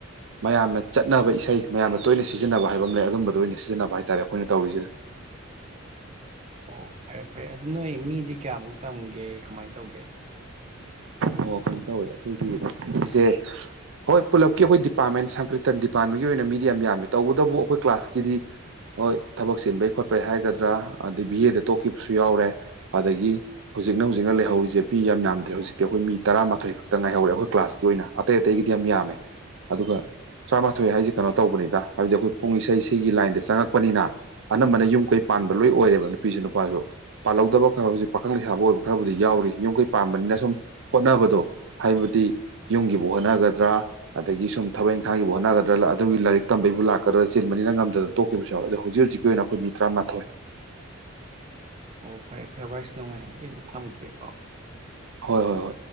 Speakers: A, on the right; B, on the right.
A: ꯃꯌꯥꯝꯅ ꯆꯠꯅꯕ ꯏꯁꯩ ꯃꯌꯥꯝꯅ ꯇꯣꯏꯅ ꯁꯤꯖꯤꯟꯅꯕ ꯍꯥꯏꯕ ꯑꯃ ꯂꯩ ꯑꯗꯨꯝꯕꯗ ꯑꯣꯏꯅ ꯁꯤꯖꯤꯟꯅꯕ ꯍꯥꯏꯇꯥꯥꯔꯦ ꯑꯩꯈꯣꯏꯅ ꯇꯧꯔꯤꯁꯤꯗ
B: ꯑꯣ ꯐꯔꯦ ꯐꯔꯦ ꯑꯗꯨ ꯅꯣꯏ ꯃꯤꯗꯤ ꯀꯌꯥꯃꯨꯛ ꯇꯝꯒꯦ ꯀꯃꯥꯏꯅ ꯇꯧꯒꯦ
A: ꯑꯣ ꯀꯩꯅꯣ ꯇꯧꯋꯦ ꯑꯩꯈꯣꯏꯒꯤꯁꯦ ꯍꯣꯏ ꯄꯨꯜꯂꯞꯀꯤ ꯑꯩꯈꯣꯏ ꯗꯤꯄꯥꯔꯠꯃꯦꯟ ꯁꯪꯀ꯭ꯔꯤꯇꯟ ꯗꯤꯄꯥꯔꯠꯃꯦꯟꯒꯤ ꯑꯣꯏꯅ ꯃꯤꯗꯤ ꯌꯥꯝꯃꯤ ꯇꯧꯕꯇꯕꯨ ꯑꯩꯈꯣꯏ ꯀ꯭ꯂꯥꯁꯀꯤꯗꯤ ꯍꯣꯏ ꯊꯕꯛ ꯆꯤꯟꯕꯩ ꯈꯣꯠꯄꯩ ꯍꯥꯏꯒꯗ꯭ꯔꯥ ꯑꯗꯗꯒꯤ ꯕꯤ ꯑꯦꯗ ꯇꯣꯛꯈꯤꯕꯁꯨ ꯌꯥꯎꯔꯦ ꯑꯗꯒꯤ ꯍꯧꯖꯤꯛꯅ ꯍꯧꯖꯤꯛꯅ ꯂꯩꯍꯧꯔꯤꯁꯦ ꯄꯤ ꯌꯥꯝ ꯌꯥꯝꯗ꯭ꯔꯦ ꯍꯧꯖꯤꯛ ꯑꯩꯈꯣꯏ ꯃꯤ ꯇꯔꯥꯃꯥꯊꯣꯏ ꯈꯛꯇ ꯉꯥꯏꯍꯧꯔꯦ ꯑꯩꯈꯣꯏ ꯀ꯭ꯂꯥꯁꯀꯤ ꯑꯣꯏꯅ ꯑꯇꯩ ꯑꯇꯩꯒꯤꯗꯤ ꯌꯥꯝ ꯌꯥꯝꯃꯦ ꯑꯗꯨꯒ ꯇꯔꯥꯃꯥꯊꯣꯏ ꯍꯥꯏꯁꯤꯦ ꯀꯩꯅꯣ ꯇꯧꯕꯅꯤꯗ ꯍꯥꯏꯕꯗꯤ ꯑꯩꯈꯣꯏ ꯄꯨꯡ ꯏꯁꯩ ꯁꯤꯒꯤ ꯂꯥꯏꯟꯗ ꯆꯪꯉꯛꯄꯅꯤꯅ ꯑꯅꯝꯕꯅ ꯌꯨꯝ ꯀꯩ ꯄꯥꯟꯕ ꯂꯣꯏ ꯑꯣꯏꯔꯦꯕ ꯅꯨꯄꯤꯁꯨ ꯅꯨꯄꯥꯁꯨ ꯄꯥꯜꯍꯧꯗꯕ ꯈꯔ ꯍꯧꯖꯤꯛ ꯄꯥꯈꯪ ꯂꯩꯁꯥꯕ ꯑꯣꯏꯕ ꯈꯔꯕꯨꯗꯤ ꯌꯥꯎꯔꯤ ꯌꯨꯝꯈꯩ ꯄꯥꯟꯕꯥꯅꯤꯅ ꯁꯨꯝ ꯍꯣꯠꯅꯕꯗꯣ ꯍꯥꯏꯕꯗꯤ ꯌꯨꯝꯒꯤꯕꯨ ꯍꯣꯠꯅꯒꯗ꯭ꯔꯥ ꯑꯗꯒꯤ ꯁꯨꯝ ꯊꯕꯛ ꯏꯪꯈꯥꯡꯒꯤꯕꯨ ꯍꯣꯠꯅꯒꯗ꯭ꯔꯥ ꯑꯗꯨꯒꯤ ꯂꯥꯏꯔꯤꯛ ꯇꯝꯕꯩꯕꯨ ꯂꯥꯛꯀꯗ꯭ꯔꯥ ꯆꯤꯟꯕꯅꯤꯅ ꯉꯝꯗꯅ ꯇꯣꯛꯈꯤꯕꯁꯨ ꯌꯥꯎꯋ ꯑꯗꯣ ꯍꯧꯖꯤ ꯍꯧꯖꯤꯛꯀꯤ ꯑꯣꯏꯅ ꯑꯩꯈꯣꯏ ꯃꯤ ꯇꯔꯥꯃꯥꯊꯣꯏ
B: ꯑꯣ ꯐꯔꯦ ꯐꯔꯦ ꯚꯥꯏꯁꯨ ꯅꯨꯡꯉꯥꯏꯌꯦ ꯑꯩ ꯑꯝꯇ ꯊꯝꯒꯦꯀꯣ
A: ꯍꯣꯏ ꯍꯣꯏ ꯍꯣꯏ